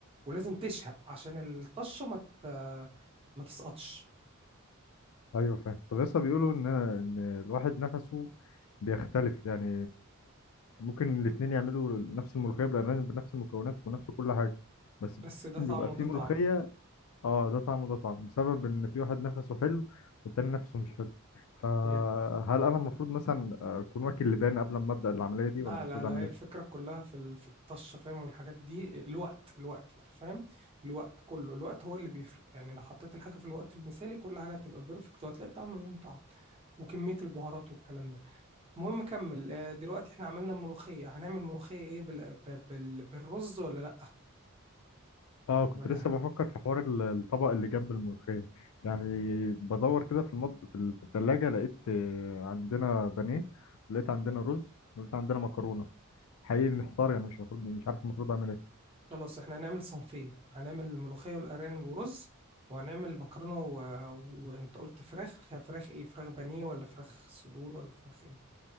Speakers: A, on the right (about 25°); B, on the left (about 75°).
A: ولازم تشهق عشان الطشة ما تت- ما تسقطش
B: ايوه فاهم طب لسه بيقولوا ان ان الواحد نفسه بيختلف يعني ممكن الاتنين يعملوا نفس الملوخيه بالارانب بنفس المكونات ونفس كل حاجه بس
A: بس ده
B: بيبقى
A: طعم وده
B: في ملوخيه
A: طعم
B: اه ده طعم وده طعم بسبب ان في واحد نفسه حلو والتاني نفسه مش حلو فهل
A: هي
B: انا المفروض مثلا اكون واكل لبان قبل ما ابدا العمليه دي
A: لا
B: ولا المفروض
A: لا لا
B: اعمل
A: هي
B: ايه
A: الفكرة كلها في ال- في الطشة فاهم والحاجات دي الوقت الوقت انت فاهم الوقت كله الوقت هو اللي بيفرق يعني لو حطيت الحاجة في الوقت المثالي كل حاجة هتبقى بيرفكت وهتلاقي طعم من طعم وكمية البهارات والكلام ده المهم كمل آه، دلوقتي احنا عملنا ملوخية هنعمل ملوخية ايه بال... ب- بال... بالرز ولا لأ
B: اه كنت
A: ولا
B: لسه بفكر في حوار ال- الطبق اللي جنب الملوخية يعني بدور كده في المط... في ال- في التلاجة لقيت آه، عندنا بانيه ولقيت عندنا رز ولقيت عندنا مكرونة حقيقي محتار يعني مش المفروض مش عارف المفروض اعمل ايه
A: خلاص احنا هنعمل صنفين هنعمل الملوخية والأرانب ورز وهنعمل مكرونة و... وانت قلت فراخ فراخ ايه فراخ بانيه ولا فراخ صدور ولا فراخ ايه